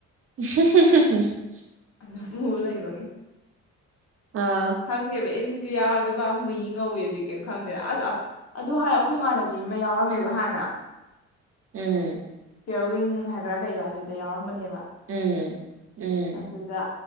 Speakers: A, on the right; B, on the left.
A: <unintelligible>
B: ꯍꯂ ꯏꯕꯒꯤ
A: ꯑꯥ
B: ꯍꯪꯦ ꯁꯤ ꯌꯥꯎꯔꯁꯨ ꯕꯥ ꯑꯃꯨꯛ ꯌꯦꯡ ꯉꯧꯋꯦꯖꯤꯛ ꯀꯔꯤꯝ ꯈꯪꯗꯦꯅ ꯑꯁ ꯑꯗꯨ ꯍꯥꯏꯔ ꯑꯩꯈꯣꯏ ꯏꯃꯥꯟꯅꯕꯤ ꯑꯃ ꯌꯥꯎꯔꯝꯃꯦꯕ ꯍꯥꯟꯅ
A: ꯎꯝ
B: ꯀꯤꯌꯔꯋꯤꯡ ꯍꯥꯏꯕ꯭ꯔꯥ ꯀꯩꯕ ꯑꯗꯨꯗ ꯌꯥꯎꯔꯝꯕꯅꯦꯕ
A: ꯎꯝ ꯎꯝ
B: ꯑꯗꯨꯗ